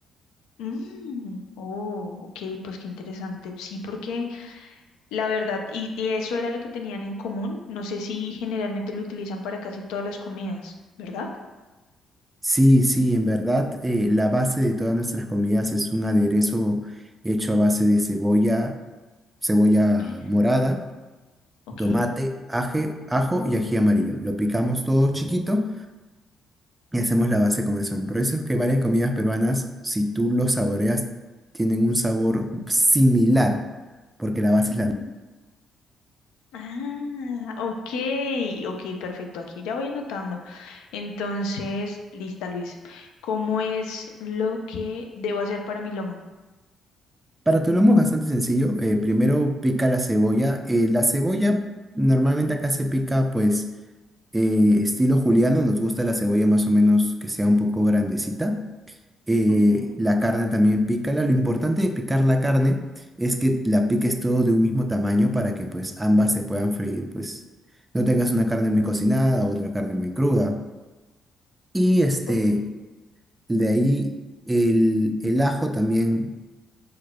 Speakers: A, on the left (about 80°); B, on the right (about 20°).
A: Mm, oh, ok, pues qué interesante. Sí, porque la verdad, y, y eso era lo que tenían en común. No sé si generalmente lo utilizan para casi todas las comidas, ¿verdad?
B: Sí, sí, en verdad, eh, la base de todas nuestras comidas es un aderezo hecho a base de cebolla, cebolla
A: Okay.
B: morada,
A: Ok.
B: tomate, aje, ajo y ají amarillo. Lo picamos todo chiquito y hacemos la base con eso. Por eso es que varias comidas peruanas, si tú lo saboreas, tienen un sabor similar, porque la base
A: Ujú.
B: es la
A: Ah, ok, ok, perfecto. Aquí ya voy anotando. Entonces, lista, Luis. ¿Cómo es lo que debo hacer para mi lomo?
B: Para tu lomo es bastante sencillo. eh, primero pica la cebolla. eh, la cebolla normalmente acá se pica pues eh, estilo juliano. Nos gusta la cebolla más o menos que sea un poco grandecita. eh,
A: Ok,
B: la carne también pícala. Lo importante de picar la carne es que la piques todo de un mismo tamaño para que pues ambas se puedan freír. Pues no tengas una carne muy cocinada, otra carne muy cruda. Y este,
A: ok.
B: de ahí el, el ajo también.